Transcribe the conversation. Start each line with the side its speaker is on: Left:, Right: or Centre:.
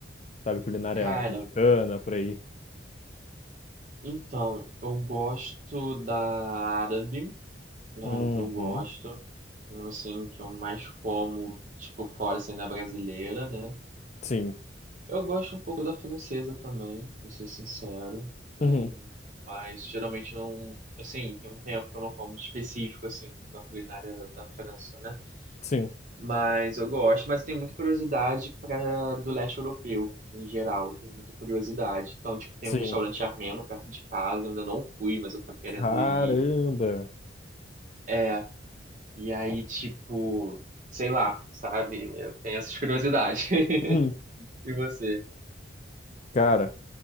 Left: Sabe, culinária
Right: Cara,
Left: mexicana, por aí.
Right: então, eu gosto da árabe. Claro,
Left: Uhum.
Right: eu gosto. Um, Assim, que eu mais como, tipo, fora, assim, da brasileira, né?
Left: Sim.
Right: Eu gosto um pouco da francesa também, pra ser sincero.
Left: Uhum.
Right: É, mas, geralmente, eu não... Assim, tem um tempo que eu não como específico, assim, da culinária da França, né?
Left: Sim.
Right: Mas eu gosto. Mas tem muita curiosidade para do leste europeu, em geral. Tem muita curiosidade. Então, tipo, tem
Left: Sim.
Right: um restaurante armeno perto de casa. Eu ainda não fui, mas eu tô querendo
Left: Caramba.
Right: ir. é E aí, tipo, sei lá, sabe? Eu tenho essas curiosidades. <laughs>
Left: Uhum.
Right: E você?
Left: Cara,